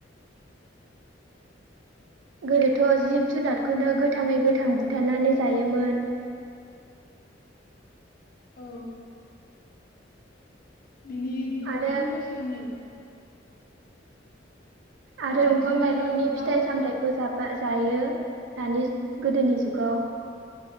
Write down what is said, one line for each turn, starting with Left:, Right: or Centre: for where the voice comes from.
Right: गोदोथ' जिब जुनादखौनो गोथाङै गोथां बुथारनानै जायोमोन।
Left: औ बिनि गोबां
Right: आरो
Left: बोसोरनि
Right: आरो
Left: बिदिनो
Right: दंफां लाइफांनि
Left: गोबां
Right: फिथाइ सामथायखौ जा बा जायो दानि गोदोनि जुगाव।